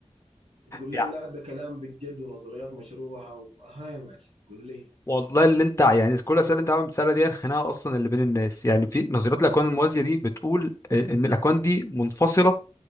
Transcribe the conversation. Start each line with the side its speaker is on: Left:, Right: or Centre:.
Right: تقول لي
Left: يعني
Right: لا ده كلام بجد ونظريات مشروحة وها يا معلم قول لي
Left: والله اللي انت يعني كل الاسئله اللي انت عم بتسالها دي الخناقه اصلا اللي بين الناس يعني في نظريه الاكوان الموازيه دي بتقول ان الاكوان دي منفصله